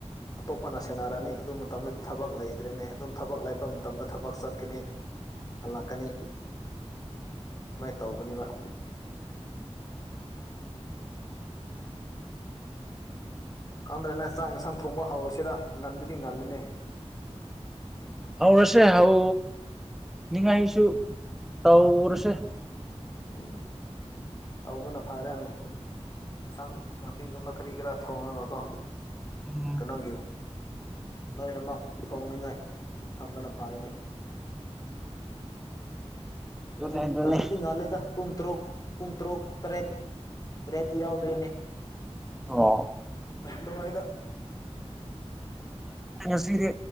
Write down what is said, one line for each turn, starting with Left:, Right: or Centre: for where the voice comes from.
Left: ꯑꯇꯣꯞꯄꯅ ꯁꯦꯟꯅꯔꯅꯤ ꯑꯗꯨ ꯃꯇꯝꯗꯗꯤ ꯊꯕꯛ ꯂꯩꯗ꯭ꯔꯦꯅꯦ ꯑꯗꯨꯝ ꯊꯕꯛ ꯂꯩꯕ ꯃꯇꯝꯗ ꯊꯕꯛ ꯆꯠꯀꯅꯤ ꯍꯜꯂꯛꯀꯅꯤ ꯁꯨꯃꯥꯏꯅ ꯇꯧꯒꯅꯦꯕ <inaudible> ꯀꯪꯗ꯭ꯔꯦꯅ ꯆꯥꯛ ꯌꯦꯟꯁꯥꯡ ꯊꯣꯡꯕ ꯍꯥꯎꯔꯁꯤꯔ ꯉꯟꯕꯨꯗꯤ ꯉꯜꯂꯤꯅꯦ
Centre: ꯍꯥꯎ ꯑꯁꯦ ꯍꯥꯎ ꯅꯤꯡꯉꯥꯏꯁꯨ ꯇꯧꯔꯁꯦ
Left: ꯎꯝ ꯎꯝ ꯇꯧꯕꯅ ꯐꯔꯦ ꯑꯝ ꯏꯁꯟꯁꯥ ꯇꯤꯒ ꯃꯔꯤ ꯈꯔ ꯊꯣꯡꯅꯒꯀꯣ
Centre: ꯎꯝ
Left: ꯀꯩꯅꯣꯒꯤ ꯂꯣꯏꯅꯃꯛ ꯊꯣꯡꯅꯤꯡꯉꯥꯏ ꯊꯝꯕꯅ ꯐꯥꯏꯅꯤ
Centre: ꯑꯗꯨꯅꯦ
Left: ꯍꯧꯖꯤ
Centre: ꯑꯗꯨꯅꯦ
Left: ꯉꯟꯕꯗꯤ ꯉꯥ ꯂꯩꯦꯇ ꯄꯨꯡ ꯇꯔꯨꯛ ꯄꯨꯡ ꯇꯔꯨꯛ ꯇꯔꯦꯠ ꯇꯔꯦꯠ ꯌꯥꯎꯗ꯭ꯔꯦꯅꯦ
Centre: ꯑ
Left: ꯉꯗ
Centre: ꯉꯁꯤꯗꯤ